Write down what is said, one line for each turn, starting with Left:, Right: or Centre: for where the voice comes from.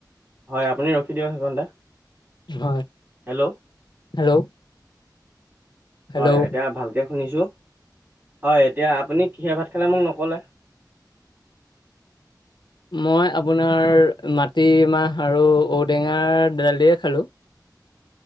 Right: হয় আপুনি ৰখি দিয়ক সেইকণতে।
Left: হয়।
Right: Hello
Left: hello. হেল্ল'
Right: হয় এতিয়া ভালকৈ শুনিছো। হয়, এতিয়া আপুনি কিহে ভাত খালে মোক নক'লে।
Left: মই আপোনাৰ মাটিৰমাহ আৰু ঔটেঙাৰ দালিৰে খালোঁ।